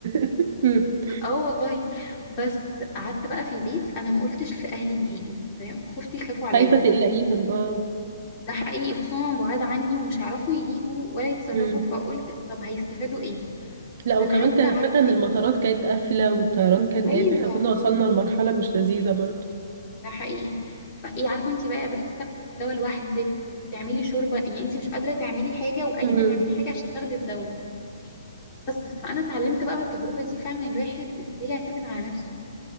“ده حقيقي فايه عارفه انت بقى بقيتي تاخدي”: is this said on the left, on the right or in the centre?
Left